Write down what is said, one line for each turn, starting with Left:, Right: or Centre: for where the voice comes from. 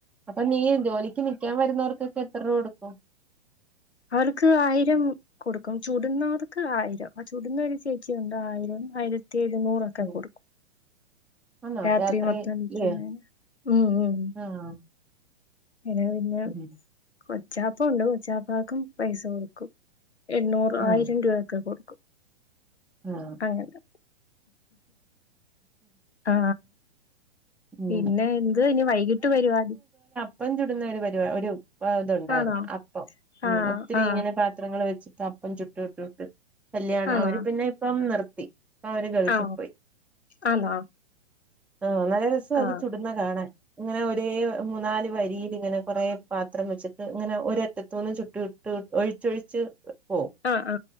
Centre: അപ്പ നീ ജോലിക്ക് നിക്ക്യാൻ വരുന്നോർക്കൊക്കെത്തറുവ കൊടുക്കും
Left: അവർക്ക് ആയിരം കൊടുക്കും ചുടുന്നോർക്ക് ആയിരം ആ ചുടുന്നൊരു ചേച്ചിയുണ്ട് ആയിരം ആയിര ത്തിരുനൂറൊക്കെ
Centre: ഉം
Left: കൊടുക്കും
Centre: ആന്നോ
Left: രാത്രി മൊത്തം നിക്കുന്നെ
Centre: ഇല്ലേ
Left: ഉം ഉം
Centre: ആഹ്
Left: ഇത് പിന്നെ
Centre: ഉം
Left: കൊച്ചാപ്പ ഉണ്ട് കൊച്ചാപ്പാക്കും പൈസ കൊടുക്കും എണ്ണൂറ്
Centre: ഉം
Left: ആയിരം രൂപായൊക്കെ കൊടു
Centre: ആഹ്
Left: അങ്ങനെ ആ
Centre: ഉം
Left: പിന്നെ എന്ത് ഇനി വൈകിട്ട് പരിവാടി
Centre: പ്പഞ്ചുടുന്ന ഒരു പരുവാ ഒരു അതൊണ്ടായിരുന്ന്
Left: ആണോ?
Centre: അപ്പം ഉം
Left: ആ
Centre: ഒത്തിരി
Left: ആ
Centre: ഇങ്ങനെ പാത്രങ്ങള് വെച്ച് അപ്പം ചുട്ട് ചുട്ട് ചുട്ട് കല്ല്യാണ്
Left: ആണോ?
Centre: അവര് പിന്നെ ഇപ്പം നിർ ത്തി അവര് ഗൾഫിപ്പോയി
Left: ആ ആണോ?
Centre: ആ നല്ല രസ് രസാ
Left: ആ
Centre: അത് ചുടുന്നെ കാണാൻ അങ്ങനെ ഒരേ മൂന്നാല് വ രീലിങ്ങനെ കൊറേ പാത്രം വെച്ചിട്ട് ഇങ്ങനെ ഒരറ്റത്തുന്ന് ചുട്ടി ഇട്ട് ഒഴിച്ചൊഴിച്ച് പോവും
Left: ആ ആ